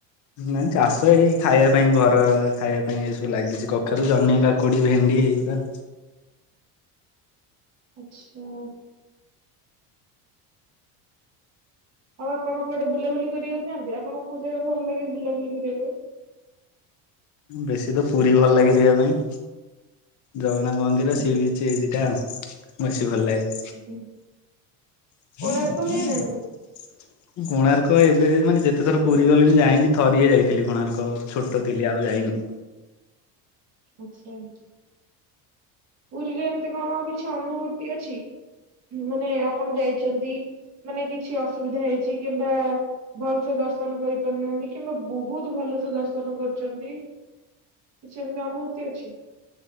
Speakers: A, on the left (about 45°); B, on the right (about 40°).
A: ନାଇଁ ଚାଷ ଏଇ ଖାଇବା ପାଇଁ ଘର ଖାଇବା ପାଇଁ ଏସବୁ ଲାଗିଚି କଖାରୁ, ଜହ୍ନି, କା କୁଡି, ଭେଣ୍ଡି ଏଇଗୁରା।
B: ଆଚ୍ଛା। ଆଉ ଆପଣ କୁଆଡେ ବୁଲାବୁଲି କରିବାକୁ ଯାଆନ୍ତି? ଆପଣଙ୍କୁ କୋଉ ଜାଗା ଭଲ ଲାଗେ ବୁଲାବୁଲି କରିବାପାଇଁ?
A: ବେଶୀ ତ ପୁରୀ ଭଲ ଲାଗେ ଯିବା ପାଇଁ। ଜଗନ୍ନାଥ ମନ୍ଦିର
B: ଆଜ୍ଞା
A: ସିଏ ବି ସେଇ ଦିଟା ବେଶି ଭଲ ଲାଗେ।
B: ଆଜ୍ଞା।
A: <inaudible>
B: କୋଣାର୍କ ଯାଇନାହାନ୍ତି?
A: କୋଣାର୍କ ଏବେ ମାନେ ଯେତେ ଥର ପୁରୀ ଗଲିଣି ଯାଇନି। ଥରିଏ ଯାଇଥିଲି କୋଣାର୍କ ଛୋଟ ଥିଲି ଆଉ ଯାଇନି।
B: <unintelligible> ପୁରୀରେ ଏମତି କଣ କିଛି ଅନୁଭୂତି ଅଛି? ମାନେ, ଆପଣ ଯାଇଛନ୍ତି ମାନେ କିଛି ଅସୁବିଧା ହେଇଛି କିମ୍ବା ଭଲସେ ଦର୍ଶନ କରି ପାରିନାହାନ୍ତି କିମ୍ବା ବହୁତ ଭଲ ସେ ଦର୍ଶନ କରିଚନ୍ତି। କିଛି ଏମିତି ଅନୁଭୂତି ଅଛି?